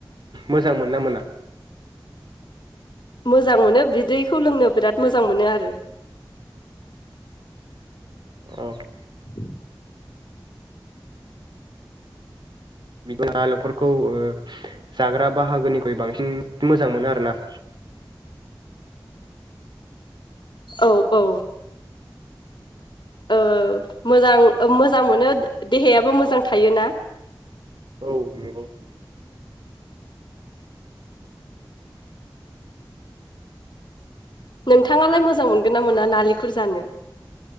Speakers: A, on the right (about 60°); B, on the left (about 65°).
A: मोजां मोनो ना मोना
B: मोजां मोनो बिदैखौ लोंनो बिराद मोजां मोनो आरो
A: औ
B: <inaudible>
A: <unintelligible> नालेंखरखौ ओ जाग्रा बाहागोनिख्रुइ बांसिन मोजां मोनो आरो ना
B: औ औ ओ मोजां मोजां मोनो देहायाबो मोजां थायोना
A: औ नंगौ
B: नोंथाङालाय मोजां मोनगोन ना मोना नारेंखल जानो